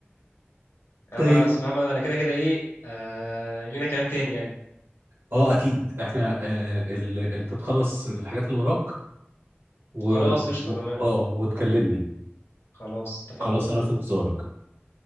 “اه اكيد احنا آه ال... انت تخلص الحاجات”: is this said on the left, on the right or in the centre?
Right